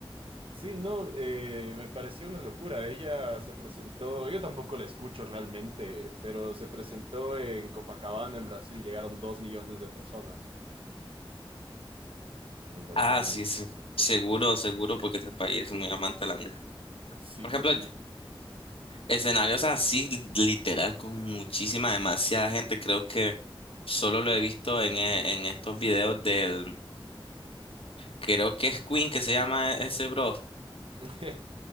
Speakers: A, on the right (about 75°); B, on the left (about 85°).
A: Sí, no, eh, me pareció una locura. Ella se presentó, yo tampoco la escucho realmente, pero se presentó en Copacabana, en Brasil, llegaron dos millones de personas. Me pareció
B: Ah,
A: muy
B: sí, sí.
A: loco.
B: Seguro, seguro, porque este país es muy amante de la música.
A: Sí
B: Por ejemplo,
A: que sí.
B: escenarios así, literal, con muchísima, demasiada gente. Creo que solo lo he visto en, eh, en estos videos del. Creo que es Queen que se llama ese bro.
A: <laughs>